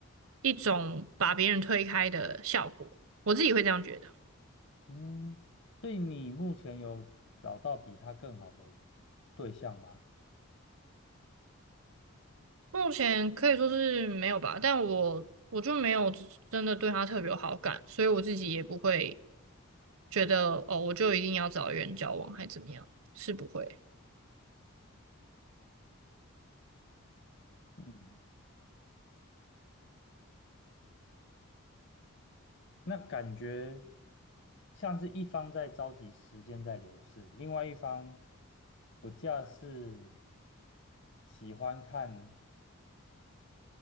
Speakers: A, on the right (about 75°); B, on the left (about 55°).
A: 一种把别人推开的效果。我自己会这样觉得。
B: 嗯，所以你目前有找到比他更好的对象吗？
A: 目前可以说是没有吧，但我我就没有真的对他特别有好感，所以我自己也不会觉得哦，我就一定要找一个人交往还怎么样，是不会。
B: 嗯，那感觉像是一方在着急时间在流逝，另外一方不假是喜欢看